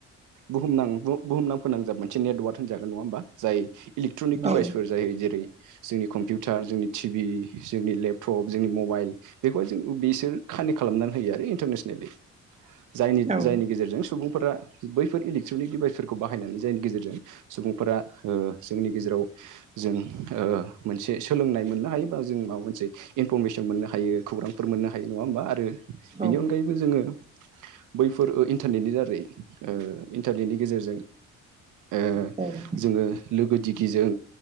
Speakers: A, on the right; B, on the right.
A: बुहुमनां बुहुमनां फोनांजाब मोनसे नेटवार्क होनजागोन नङा होमबा जाय इलेक्ट्रनिक डिभाइसफोर
B: औ
A: जायो जेरै जोंनि कम्पिउटार जोंनि टिभि जोंनि लेपटप जोंनि मबाइल बेखौहाय जों बिसोर खानि खालामनानै होयो आरो इन्टारनेसनेलि जायनि
B: औ
A: जायनि गेजेरजों सुबुं फोरा बैफोर इलेकट्रनिक डिभाइसफोरखौ बाहायनानै जायनि गेजेरजों सुबुंफोरा ओ जोंनि गेजेराव जों ओ मोनसे सोलोंनाय मोननो हायो बा जों माबा मोनसे इनफरमेसन मोननो हाय हायो खौरांफोर मोननो हायो नङा होमबा आरो बिनि
B: औ
A: अनगायैबो जोङो बैफोर ओ इन्टारनेटनि दारै ओ इन्टारनेटनि गेजेरजों ओ
B: औ
A: जोङो लोगो दिगिजों